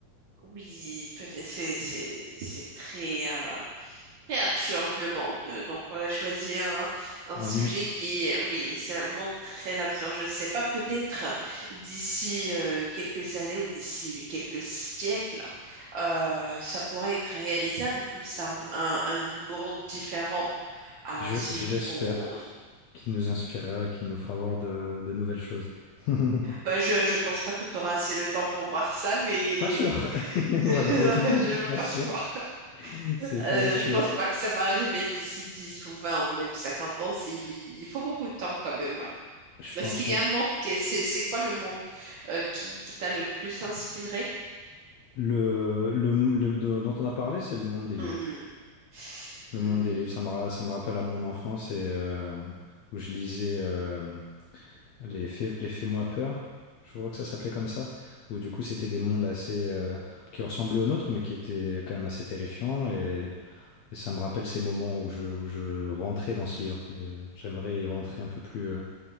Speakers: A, on the right; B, on the left.
A: oui, peut-être c'est c'est- c'est très... euh, Très absurde le monde. Donc, on a choisi un, un
B: Un
A: sujet
B: mon-
A: qui est, oui, c'est un monde très absurde. Je ne sais pas, peut-être d'ici euh, quelques années ou d'ici quelques siècles, euh, ça pourrait être réalisable tout ça, un, un monde différent à
B: je,
A: celui
B: je l'espère,
A: qu'on...
B: qui nous inspirera, qui nous fera voir de, de nouvelles choses. <laughs>
A: Bah, je ne pense pas que tu auras assez le temps pour voir ça, mais
B: Pas sûr,
A: <laughs>
B: <laughs> malheureusement,
A: non, je
B: c'est pas
A: pense
B: sûr.
A: pas.
B: C'est pas
A: Euh,
B: sûr.
A: je pense pas que ça va arriver d'ici 10 ou 20 ou même 50 ans. c'est- Il faut beaucoup de temps quand même.
B: Je pense
A: Est-ce qu'il
B: on-
A: y a un monde qui est- c'est c'est quoi le monde euh, qui, qui t'a le plus inspiré?
B: le, le, le- de- dont on a parlé, c'est le monde des livres.
A: Mhm.
B: Le
A: Mhm.
B: monde des livres, ça me, ra- ça me rappelle à mon enfance et euh, où je lisais. euh, Les fais, les Fais-moi peur, je crois que ça s'appelait comme ça, où du coup c'était des mondes assez euh, qui ressemblaient aux nôtres, mais qui étaient quand même assez terrifiants. Et, et ça me rappelle ces moments où je, où je rentrais dans ce livre, mais euh, j'aimerais y rentrer un peu plus, euh,